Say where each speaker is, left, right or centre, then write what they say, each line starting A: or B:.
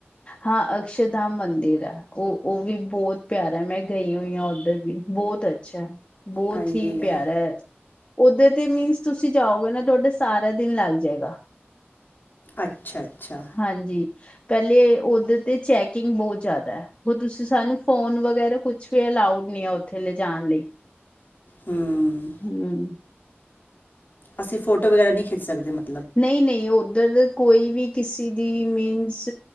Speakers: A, on the left; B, on the left.
A: ਹਾਂ, ਅਕਸ਼ਰਧਾਮ ਮੰਦਿਰ ਆ। ਉਹ, ਉਹ ਵੀ ਬਹੁਤ ਪਿਆਰਾ ਹੈ, ਮੈਂ ਗਈ ਹੋਈ ਹਾਂ ਉੱਧਰ ਵੀ ਬਹੁਤ ਅੱਛਾ ਬਹੁਤ
B: ਹਾਂਜੀ
A: ਹੀ ਪਿਆਰਾ, ਓਧਰ ਤੇ ਮੀਨਸ ਤੁਸੀਂ ਜਾਓਗੇ ਨਾ ਤੁਹਾਡੇ ਸਾਰਾ ਦਿਨ ਲੱਗ ਜਾਏਗਾ।
B: ਅੱਛਾ-ਅੱਛਾ।
A: ਹਾਂਜੀ, ਪਹਿਲੇ ਉਹਦੇ 'ਤੇ ਚੈਕਿੰਗ ਬਹੁਤ ਜ਼ਿਆਦਾ। ਹੋ ਤੁਸੀਂ ਸਾਨੂੰ ਫੋਨ ਵਗੈਰਾ ਕੁਛ ਵੀ ਅਲਾਊਡ ਨੀ ਆ ਉੱਥੇ ਲਿਜਾਣ ਲਈ
B: ਹਮ।
A: ਹਮ।
B: ਅਸੀਂ ਫੋਟੋ ਵਗੈਰਾ ਨਹੀਂ ਖਿੱਚ ਸਕਦੇ ਮਤ
A: ਨਹੀਂ-ਨਹੀਂ ਉੱਧਰ ਕੋਈ ਵੀ ਕਿਸੇ ਦੀ ਮੀਨਸ